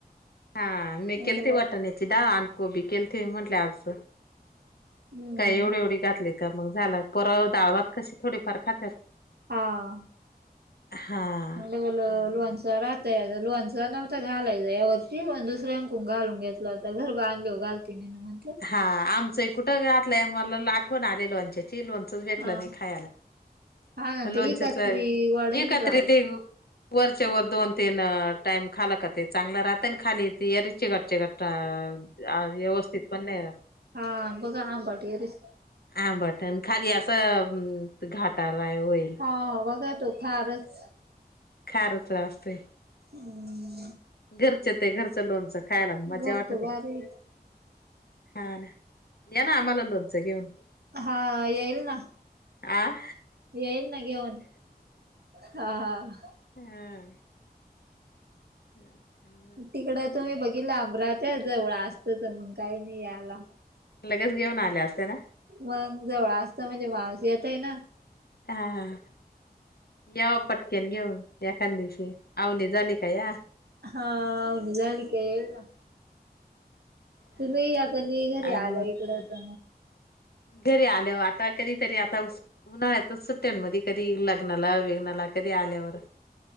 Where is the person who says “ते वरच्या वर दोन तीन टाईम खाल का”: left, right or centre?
Left